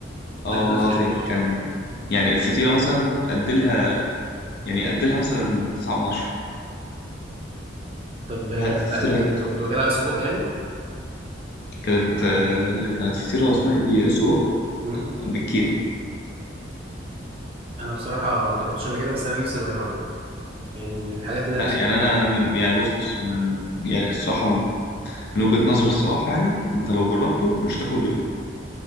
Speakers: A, on the left; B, on the right.
A: اه
B: انت جبت
A: والله
B: له فطيره
A: العظيم
B: ايه
A: كان يعني الفطيره مثلا اديلها يعني اديلها مثلا 9 من 10
B: طب آه،
A: حته
B: انت أنت
A: فطيره جامده
B: كنت كنت واكلها سجق يعني
A: كانت آه، كانت فطيره اسمها ايه دي سجق
B: مم.
A: بالكيري
B: انا بصراحه ما جربتش قبل كده بس انا نفسي اجربه يعني من الحاجات اللي
A: لا
B: انا نفسي
A: يعني انا انا من يعني بص بص من يعني الصراحه من وجهه نظري الصراحه يعني انت لو جربته مش هتاكل غيره